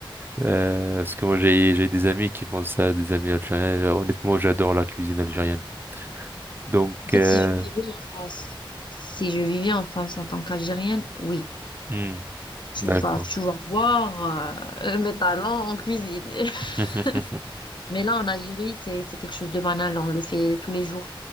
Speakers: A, on the right; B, on the left.
A: Euh, parce que moi, j'ai j'ai des amis qui font ça, des amis algériens. Euh, Honnêtement, j'adore la cuisine algérienne. Donc,
B: En fait,
A: euh,
B: si je vivais en France, si je vivais en France en tant qu'Algérienne, oui,
A: hmm,
B: tu
A: d'accord.
B: vas, tu vas voir euh, mes talents en cuisine.
A: <laughs>
B: <laughs> Mais là, en Algérie, c'est c'est quelque chose de banal, on le fait tous les jours.